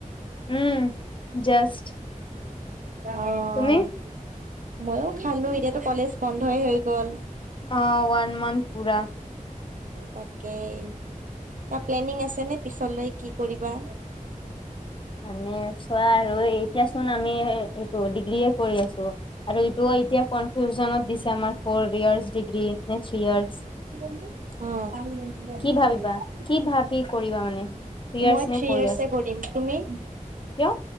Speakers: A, on the left (about 35°); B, on the right (about 70°).
A: উম জাষ্ট
B: অহ।
A: তুমি
B: মইয়ো খালো, এতিয়াতো কলেজ বন্ধই হৈ গ'ল।
A: অঁ ওৱান মান্থ পোৰা।
B: তাকেই, কিবা প্লেনিং আছে নে পিছলৈ কি কৰিবা?
A: মানে চোৱা আৰু এতিয়া চোন আমি এইটো ডিগ্ৰীয়ে কৰি আছো, আৰু এইটোও এতিয়া কনফিউজনত দিছে আমাৰ ফৌৰ ইয়াৰছ ডিগ্ৰী নে থ্ৰী ইয়াৰছ।
B: অঁহ। মই
A: ভাবিবা
B: থ্ৰী
A: কি ভাবি
B: ইয়াৰ্চে
A: কৰিবা মানে
B: কৰিম,
A: থ্ৰী ইয়াৰ্চ নে ফ'ৰ ইয়াৰ্চ
B: তুমি?
A: কিয়?